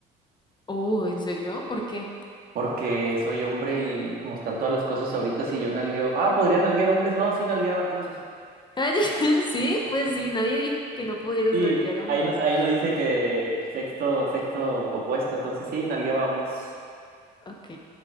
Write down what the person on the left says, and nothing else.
Oh, ¿en serio? ¿Por qué?
<laughs> Sí, pues sí, nadie dijo que no pudieras
nalguear hombres.
Ok,